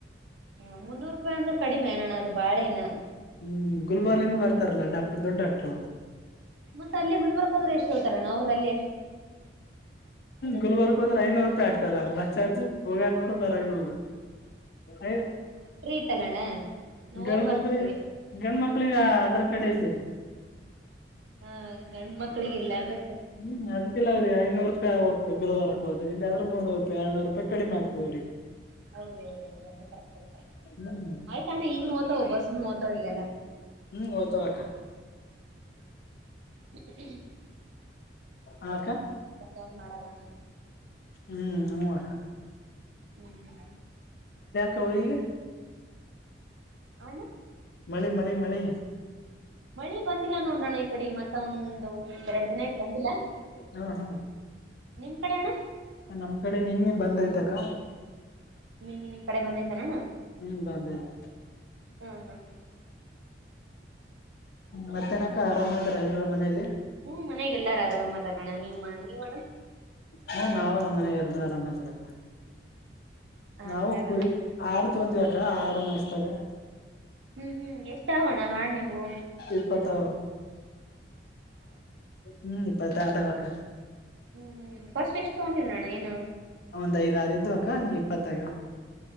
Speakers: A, on the right (about 80°); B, on the left (about 55°).
A: ಹ ಮುನ್ನೂರು ರೂಪಾಯಿ ಅಂದ್ರ ಕಡಿಮೆ ಏನ್ ಅಣ್ಣ ಅದು ಬಾಳೆ ಇಲ್ಲಣ್ಣ.
B: ಹ್ಮ್ ಗುರುವಾರಿಂದ ಬರ್ತಾರಲ್ಲಾ ಡಾಕ್ಟರ್ ದೊಡ್ಡ ಡಾಕ್ಟರ್ ಅವರು.
A: ಮತ್ತ ಅಲ್ಲೇ ಗುಲ್ಬರ್ಗ ಹೋದ್ರ ಎಷ್ಟ ತೋತರಣ್ಣ ಅವ್ರದ ಅಲ್ಲೇ
B: ಗುಲ್ಬರ್ಕ್ ಹೋದ್ರೆ ಐನೂರು ಅದೇ ಆಗ್ತಲ್ಲ ಬಸ್ ಚಾರ್ಜ್ ಹೋಗಾಗ್ ನೂರು ಬರಗ್ ನೂರು. ಐ
A: ಇತ್ತಲ್ಲಣ್ಣ. ನೋವ
B: ಗಂಡ
A: ಬರ್ತತಿ
B: ಮಕ್ಳಿಗೆ ಗಂಡ ಮಕ್ಳಿಗೆ ಆಧಾರ್ ಕಾರ್ಡ್ ಎಲ್ಲೈತಿ.
A: ಹಾ ಗಂಡ ಮಕ್ಳಿಗ ಇಲ್ಲ ಅ್ರ
B: ಹ್ಮ್ ಅದ್ಕಿಲ್ಲ ಅವ್ರೀ ಐನೂರು ರೂಪಾಯಿ ಆಗಬೇಕ್. ಡಬಲ್ ಹೋತಾವ್ ರೊಕ್ಕ ಅವರಿಗೆ ಇಲ್ಲಾದ್ರ ಮೂರ್ ನೂರು ರೂಪಾಯಿ ಎರಡನೂರು ರೂಪಾಯಿ ಕಡಿಮೆ ಆಗ್ತಾದ ಅವರಿಗೆ.
A: ಹ ಹೌದ ಹೌದೌದು ಅಣ್ಣ ಕರೆಕ್ಟಾಗುತ್ತೆಳ
B: ಹ್ಮ್
A: ಆಯ್ತ ಅಣ್ಣ ಈಗನು ಹೋತವು ಬಸ್ನು ಹೋತವು ಈಗ ಎಲ್ಲಾನು.
B: ಹು ಹೋತವಕ್ಕ
A: ಹ್ಮ್ಮ
B: ಆ ಅಕ್ಕ
A: ಡೌನ್ ಮಾಡದಣ್ಣ
B: ಹ್ಮ್ ಹು ಅಕ್ಕ.
A: ಹ್ಮ್ ಹ್ಮ್
B: ಸೌರಿಗೆ
A: ಆ ಅಣ್ಣ
B: ಮಳಿ ಮಳಿ ಮಳಿ
A: ಮಳಿ ಬಂದಿಲ್ಲ ನೋಡ್ರೋಣ ಈ ಕಡೆ ಈಗ ಮತ್ತ ಒಂದು ಎರಡು ದಿನ ಆಯ್ತ ಬಂದಿಲ್ಲ.
B: ಹಾ ಹಾ
A: ನಿಮ್ ಕಡೆ ಅಣ್ಣ
B: ನಮ್ ಕಡೆ ನಿನ್ನೆ ಬಂದೈ್ತಕ್ಕ
A: ನಿನ್ನೆ ನಿಮ್ ಕಡೆ ಬಂದೈತೆಣ್ಣಾ
B: ಹ್ಮ್ ಬಂದೈತಿ.
A: ಹ್ಮ್ ಹಾ್ ಹ್ಮ್
B: ಮತ್ತೆನಕ ಆರಾಮ ಅದರ ಎಲ್ಲರೂ ಮನೆಯಲ್ಲಿ
A: ಹ್ಮ್ ಮನ್ಯಾಗ ಎಲ್ಲಾರ ಆರಾಮ್ ಅದಾರಣ್ಣ ನೀವ್ ನೀವ್ ಅಣ್ಣ
B: ಹು ನಾವ ಮನೆಯಗೆ ಎಲ್ರೂ ಆರಾಮದಿವಿ
A: ಹಾ
B: ನಾವು
A: ಎಲ್ಲಾರ
B: ಕುರಿ
A: ಆರಾಮ್
B: ಆಡ್ತಂದವಿ ಅ ಆಡ ಮಸ್ತಾರೆ
A: ಹ್ಮ್ ಹ್ಮ್ ಎಷ್ಟ ಆಗೋವ್ಣ ಆಡ್ ನಿವು
B: ಇಪ್ಪತ್ತಾವ ಹ್ಮ್ ಇಪ್ಪತಾದವಕ
A: ಹ್ಮ್ ಹ್ಮ್ ಫಸ್ಟ್ ಎಷ್ಟ ತಗೊಂಡಿದ್ರಣ್ಣ ಏನು
B: ಒಂದ್ ಐದ್ ಆರು ಇದ್ದು ಅಕ್ಕ ಇಪ್ಪತ್ತಾಗವೆ